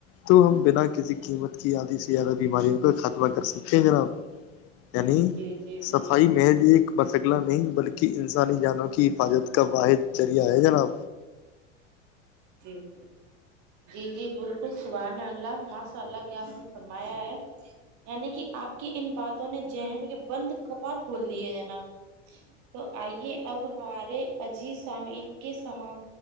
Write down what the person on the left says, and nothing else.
تو ہم بنا کسی قیمت کی آدھی سے زیادہ بیماریوں کا خاتما کر سکتے ہیں جناب یعنی
صفائی
محض ایک مسغلہ نہیں بلکہ انسانی جان کی حفاظت کا واحد ذریعہ ہے جناب